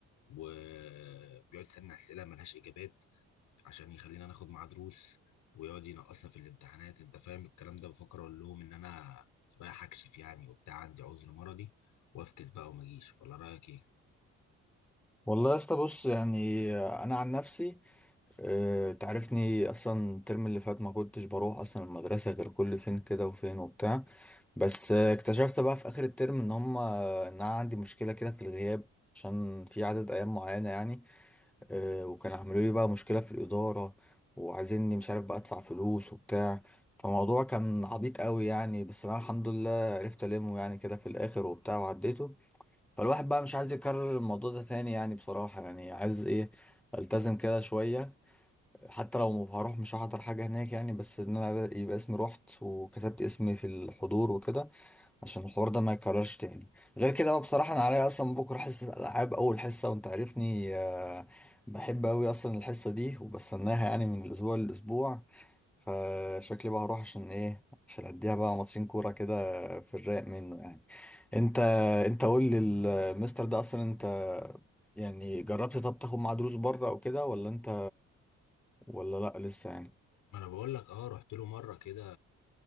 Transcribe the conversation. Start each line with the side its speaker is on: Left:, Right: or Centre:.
Left: وبيقعد يسألنا اسئله ملهاش اجابات عشان يخلينا ناخد معاه دروس ويقعد ينقصنا في الامتحانات انت فاهم الكلام ده بفكر اقول لهم ان انا رايح اكشف يعني وبتاع عندي عذر مرضي وافكس بقى وما اجيش ولا رايك ايه
Centre: والله يا اسطى بص يعني انا عن نفسي اه تعرفني اصلا الترم اللي فات ما كنتش بروح اصلا المدرسه غير كل فين كده وفين وبتاع بس آه، اكتشفت بقى في اخر الترم ان هم ان انا عندي مشكله كده في الغياب عشان في عدد ايام معينه يعني آه، وكان عملوا لي بقى مشكلة في الإدارة وعايزيني مش عارف بقى أدفع فلوس وبتاع فموضوع كان عبيط قوي يعني بس أنا الحمد لله عرفت ألمه يعني كده في الآخر وبتاع وعديته فالواحد بقى مش عايز يكرر الموضوع ده تاني يعني بصراحة يعني عايز إيه ألتزم كده شوية حتى لو هروح مش هحضر حاجة هناك يعني بس إن أنا يبقى اسمي رحت وكتبت اسمي في الحضور وكده عشان الحوار ده ما يكررش تاني غير كده بقى بصراحة أنا عليا أصلا بكرة حصة ألعاب أول حصة وأنت عارفني آه، بحب أوي أصلا الحصة دي وبستناها يعني من الأسبوع للأسبوع فشكلي بقى هروح عشان إيه عشان أديها بقى ماتشين كورة كده في الرايق منه يعني أنت أنت قول لي المستر ده أصلا أنت يعني جربت طب تاخد معاه دروس بره أو كده ولا أنت ولا لأ لسه يعني
Left: ما انا بقول لك اه رحت له مره كده